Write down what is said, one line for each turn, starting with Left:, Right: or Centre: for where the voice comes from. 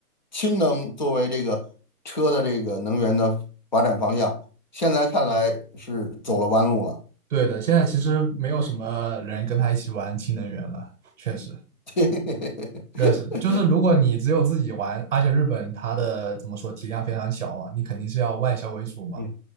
Left: 氢能作为这个车的这个能源的发展方向，现在看来是走了弯路了。
Right: 对的。现在其实没有什么人跟他一起玩氢能源了，确实，
Left: <laughs>
Right: 确实，就是如果你只有自己玩，而且日本它的怎么说体量非常小嘛，你肯定是要外销为主嘛，
Left: 嗯